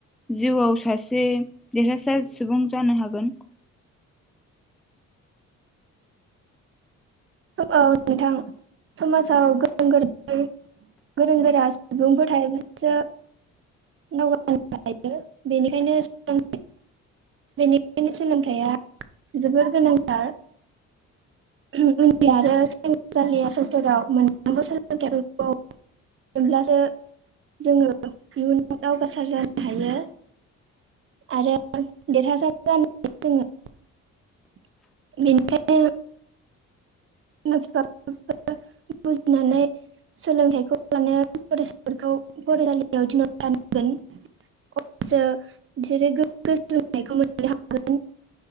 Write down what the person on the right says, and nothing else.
औ नोंथां समाजाव गोरों-गोरा, गोरों-गोरा सुबुंफोर थायोब्लासो हायो बेनिखायनो बेनिखायनो सोलोंथाइया जोबोर गोनांथार उन्दै आरो सोलोंसालिफोराव मोनफ्रामबो सोलोंथाइफोरखौ मोनब्लासो जोङो इयुन दावगासार जानो हायो आरो देरहासार जानो हायो जोङो बेनिखायनो बिमा बिफा बुजिनानै सोलोंथाइखौ लानाया फरायसाफोरखौ फरायसालियाव थिनहर थारनांगोन अब्लासो बिसोरो गोग्गो सोलोंथायखौ मोननो हागोन